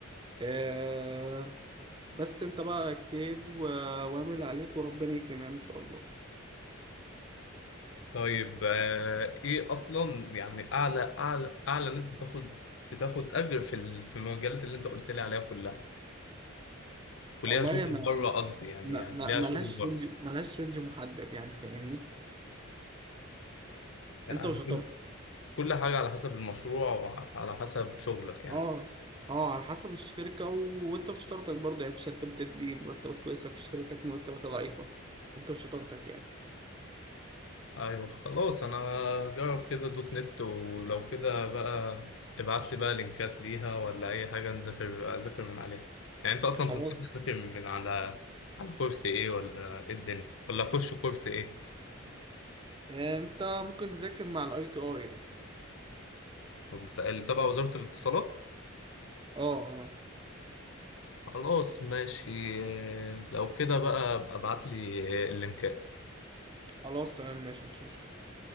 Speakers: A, on the right; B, on the left.
A: آه، بس انت بقى اجتهد و- واعمل عليك وربنا يكرمك يعني ان شاء الله
B: طيب آه، إيه أصلا يعني أعلى أعلى أعلى ناس بتاخد بتاخد أجر في ال- في المجالات اللي أنت قلت لي عليها كلها وليها
A: والله
B: شغل
A: يا ما
B: بره قصدي يعني
A: ما
B: يعني
A: ما
B: ليها
A: ملهاش
B: شغل بره
A: رينج ملهاش رينج محدد يعني فاهمني
B: يعني
A: انت وشطارتك
B: كل كل حاجة على حسب المشروع وعلى حسب شغلك يعني
A: اه اه على حسب الشركة و... وانت وشطارتك برضه يعني في شركات بتدي مرتبات كويسة في شركات مرتباتها ضعيفة انت وشطارتك يعني
B: ايوه خلاص انا جرب كده دوت نت ولو كده بقى ابعت لي بقى لينكات ليها ولا اي حاجه نذاكر اذاكر من عليها يعني انت اصلا
A: خلاص
B: تنصحني اذاكر من على على كورس ايه ولا ايه الدنيا ولا اخش كورس ايه
A: انت ممكن تذاكر مع الاي تي اي يعني
B: بتاع- اللي تبع وزاره الاتصالات
A: اه اه
B: خلاص ماشي آه، لو كده بقى ابقى ابعت لي اللينكات
A: خلاص تمام ماشي مفيش مشكلة